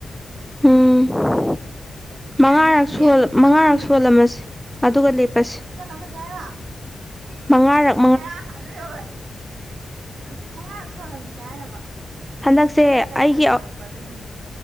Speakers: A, in the centre; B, on the right.
A: ꯎꯝ ꯃꯉꯥꯔꯛ
B: ꯌꯥꯏꯅ ꯑꯗꯨꯗꯤ
A: ꯃꯉꯥꯔꯛ
B: ꯑꯉꯥꯡꯒꯤ
A: ꯁꯣꯜꯂꯝꯃꯁꯦ ꯑꯗꯨꯒ ꯂꯦꯞꯄꯁꯦ
B: ꯁꯣꯜꯂꯝꯃꯁꯦ ꯍꯥꯏꯔꯣ
A: ꯃꯉꯥꯔꯛ
B: ꯍꯦꯔꯥ ꯑꯗꯨ ꯌꯧꯔꯣꯏ ꯑꯗꯨ ꯃꯉꯥꯔꯛ ꯁꯣꯜꯂꯝꯈꯤꯁꯦ ꯍꯥꯏꯔꯕ
A: ꯍꯟꯗꯛꯁꯦ
B: ꯑꯩꯁꯦ ꯆꯥꯏꯊꯅꯤꯡꯉꯛꯄ
A: ꯑꯩꯒꯤ ꯑ
B: ꯑꯗꯨꯒꯤꯅꯦ